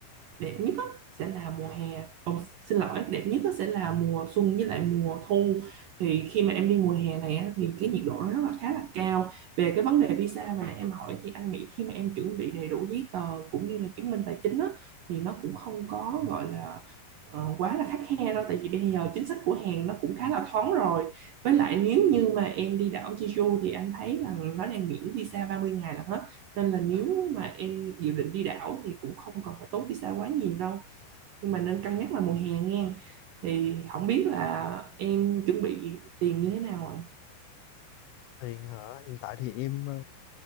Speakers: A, on the right; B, on the left.
A: đẹp nhất á, sẽ là mùa hè Ồ, xin lỗi đẹp nhất á, sẽ là mùa xuân với lại mùa thu thì khi mà em đi mùa hè này á, thì cái nhiệt độ nó rất là khá là cao về cái vấn đề visa mà nãy em hỏi thì anh nghĩ khi mà em chuẩn bị đầy đủ giấy tờ cũng như là chứng minh tài chính á, thì nó cũng không có gọi là ờ, quá là khắt khe đâu tại vì bây giờ chính sách của Hàn nó cũng khá là thoáng rồi với lại nếu như mà em đi đảo Jeju thì anh thấy là nó đang miễn visa 30 ngày là hết nên là nếu mà em dự định đi đảo thì cũng không cần phải tốn visa quá nhiều đâu nhưng mà nên cân nhắc là mùa hè nha thì không biết là em chuẩn bị tiền như thế nào rồi
B: Tiền hả? Hiện tại thì em ờ,